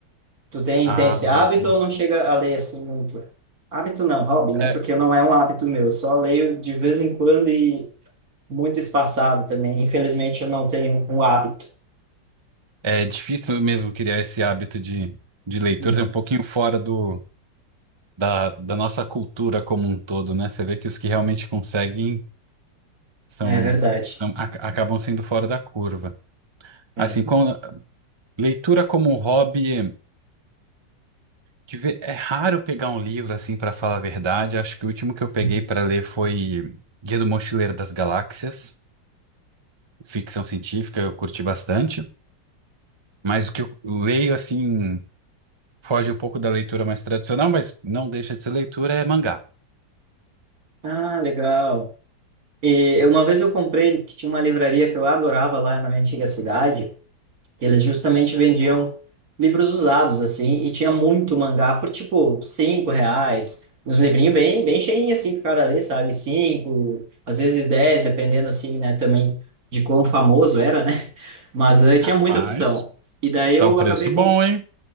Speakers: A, on the right (about 50°); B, on the right (about 30°).
A: Tu tem,
B: Ah,
A: tem esse hábito
B: entendi.
A: ou não chega a ler, assim, muito? Hábito não, hobby, né?
B: É,
A: Porque não é um hábito meu, eu só leio de vez em quando e muito espaçado também. Infelizmente, eu não tenho um hábito.
B: é difícil mesmo criar esse hábito de, de leitura,
A: Uhum.
B: é um pouquinho fora do da, da nossa cultura como um todo, né? Você vê que os que realmente conseguem são,
A: É verdade.
B: são ac- acabam sendo fora da curva.
A: É.
B: Assim, com leitura como hobby, de ver- é raro pegar um livro assim para falar a verdade. Acho que o último que eu peguei
A: Uhum.
B: para ler foi Guia do Mochileiro das Galáxias, ficção científica, eu curti bastante. Mas o que eu leio assim foge um pouco da leitura mais tradicional, mas não deixa de ser leitura, é mangá.
A: Ah, legal. E uma vez eu comprei, que tinha uma livraria que eu adorava lá na minha antiga cidade, que eles justamente vendiam livros usados, assim, e tinha muito mangá por, tipo, cinco reais, uns livrinhos bem, bem cheinhos, assim, pro cara ler, sabe? Cinco, às vezes dez, dependendo, assim, né, também de quão famoso era, né? <laughs> Mas eh, tinha
B: Rapaz,
A: muita opção. E daí eu
B: tá um preço
A: acabei, com,
B: bom, hein?